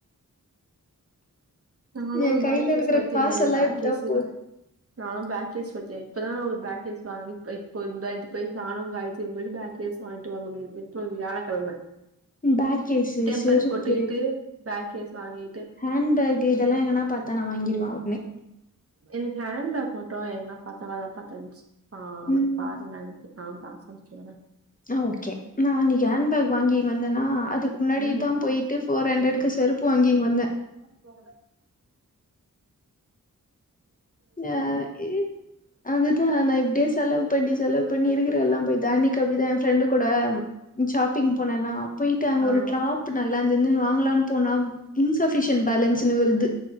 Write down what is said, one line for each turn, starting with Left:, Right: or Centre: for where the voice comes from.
Right: நா லா
Left: என்
Right: ஒரு
Left: கையில
Right: பேக் கேஸ்
Left: இருக்கிற
Right: பைத்தியந்தா
Left: காசெல்லா
Right: நீ பேக்
Left: இப்டிதா
Right: கேஸ்தா
Left: போது
Right: நானு பேக் கேஸ் பைத்தியோ இப்பதா ஒரு பேக் கேஸ் வாங்குனே இப்ப இப்ப இந்த இது போயி நானு காயத்ரியு போயிட்டு பேக் கேஸ் வாங்கிட்டு வந்தமே எப்ப வியாழக்கெழம
Left: பேக் கேஸு
Right: டெம்பர்
Left: செருப்பு
Right: போட்டுக்கிட்டு பேக் கேஸ் வாங்கி
Left: ஹேண்பேக் இதெல்லா எங்கனா பாத்தா நா வாங்கிடுவே ஒடனே
Right: எனக்கு ஹேண்பேக் மட்டு எங்கன்னா பாத்தா நல்லதா பாத்து வாங்க சொல்லு ஆ அங்க
Left: ம்
Right: பாருங்க எனக்குத்தா காசு அமிச்சி விட்றே
Left: ஆ ஓகே நா அன்னக்கி ஹேண்ட்பேக் வாங்கினு வந்தேன்னா அதுக்கு முன்னாடிதா
Right: ம்
Left: போயிட்டு ஒரு ரெண்டடுக்கு செருப்பு வாங்கினு வந்தே
Right: போகல
Left: ஏ இ அதுதா நா இப்டியே செலவு பண்ணி செலவு பண்ணி இருக்குற எல்லா போய் அன்னிக்கு அப்டிதா ஏ ஃப்ரெண்டு கூட ஷாப்பிங் போனேனா போயிட்டு அங்க
Right: ஆ ஆ
Left: ஒரு டிராப் நல்லா இருந்ததுன்னு வாங்கலான்னு போனா இன்சபிசியன்ட் பேலன்ஸ்ன்னு வருது